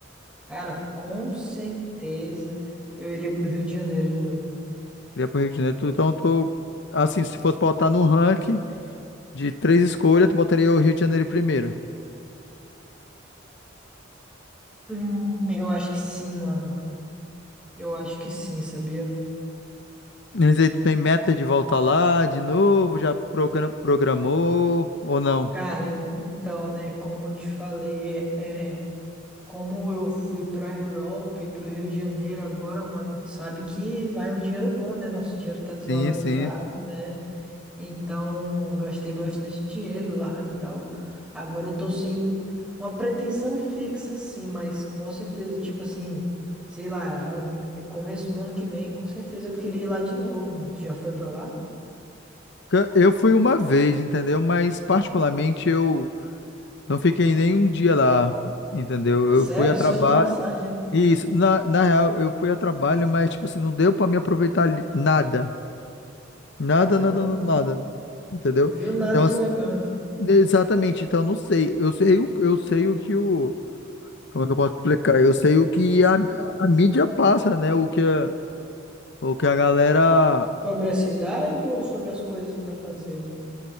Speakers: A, in the centre; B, on the left.
A: cara, com certeza eu iria pro Rio de Janeiro de novo.
B: Iria pro Rio de Janeiro. Então, tu, assim, se fosse botar no ranking de três escolhas, tu botaria o Rio de Janeiro primeiro.
A: Hum, eu acho que sim, mano. Eu acho que sim, sabia?
B: Mas aí tu tem meta de voltar lá de novo? Já progra- programou ou não?
A: Cara, en- então, né, como eu te falei, é. Como eu fui pra Europa e pro Rio de Janeiro agora, mano, tu sabe que vai um dinheiro bom, né? Nosso dinheiro tá desvalorizado,
B: Sim, sim.
A: né? Então, eu gastei bastante dinheiro lá e tal. Agora eu tô sem uma pretensão fixa, assim, mas com certeza, tipo assim, sei lá, am- começo do ano que vem, com certeza eu queria ir lá de novo, mano. Tu já foi pra lá?
B: Ca- Eu fui uma vez, entendeu? Mas particularmente eu não fiquei nem um dia lá, entendeu?
A: Sério,
B: Eu fui a trabalho.
A: só de passagem, né?
B: Isso, na, na real, eu fui a trabalho, mas tipo assim, não deu pra me aproveitar ali- nada. Nada,
A: Caramba,
B: nada, nada, nada. Entendeu?
A: viu nada
B: Então,
A: de
B: assim,
A: legal, então.
B: Exatamente, então eu não sei. Eu sei o, eu sei o que o. Como é que eu posso explicar? Eu sei o que a, a mídia passa, né? O que a, o que a galera.
A: Sobre a cidade ou sobre as coisas pra fazer, mano?